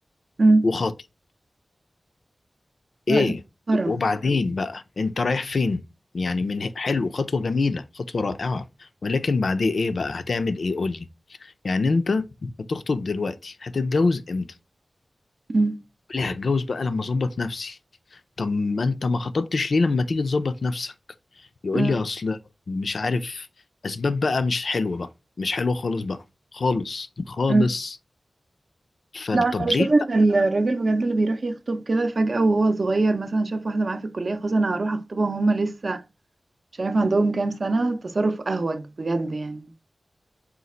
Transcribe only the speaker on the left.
وخاطب
ايه
وبعدين بقى انت رايح فين يعني من ه- حلو خطوه جميله خطوه رائعه ولكن بعدين ايه بقى هتعمل ايه قول لي يعني انت هتخطب دلوقتي هتتجوز امتى
ليه هتجوز بقى لما اظبط نفسي طب ما انت ما خطبتش ليه لما تيجي تظبط نفسك يقول
لي اصل مش عارف اسباب بقى مش حلوه بقى مش حلوه خالص بقى خالص خالص
فطب
ليه